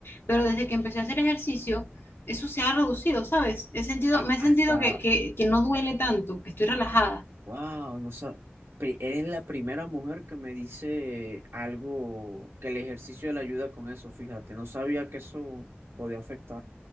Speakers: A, on the left; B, on the right.
A: pero desde que empecé a hacer ejercicio, eso se ha reducido, ¿sabes? He sentido,
B: A-
A: me he
B: hasta
A: sentido que, que, que no duele tanto, que estoy relajada.
B: Wow, no sab- pri- Eres la primera mujer que me dice algo que el ejercicio le ayuda con eso, fíjate, no sabía que eso podía afectar.